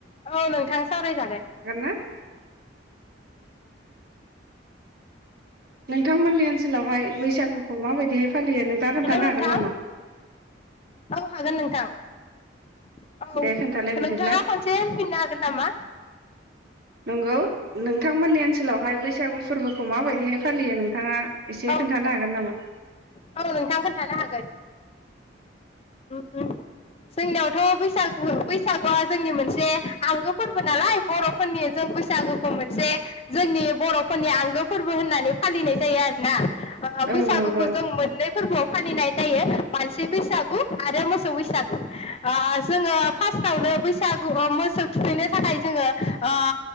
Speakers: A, on the left; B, on the right.
A: औ नोंथां सावरायजागोन।
B: ना नोंथांमोननि ओनसोलावहाय बैसागुखौ माबायदिहाय फालियो नोंथाङा खोन्थानो
A: हेलौ नोंथां
B: हागोन नामा
A: ।औ हागोन नोंथां औ।
B: दे खोन्थालाय बिदिब्ला
A: नोंथाङा खनसे होनफिननो हागोन नामा!
B: नंगौ नोंथांमोननि ओनसोलावहाय बैसागु फोरबोखौ माबाय फालियो नोंथाङा एसे
A: औ
B: खोन्थानो हागोन नामा?
A: औ नोंथां खोनथानो हागोन उम जोंनियावथ बैसागो बैसागुआ जोंनि मोनसे आंगो फोरबो नालाय बर'फोरनि जों बैसागोखौ मोनसे जोंनि बर'फोरनि आंगो फोरबो होननानै फालिनाय जायो आरो ना। ओ
B: औ
A: बैसागुखौ
B: नंगौ
A: जों मोननै फोरबोआव फालिनाय जायो। मानसि बैसागु आरो मोसौ बैसागु आ जोङो फास्टावनो बैसागु ओ मोसौ थुखैनो थाखाय जोङो ओ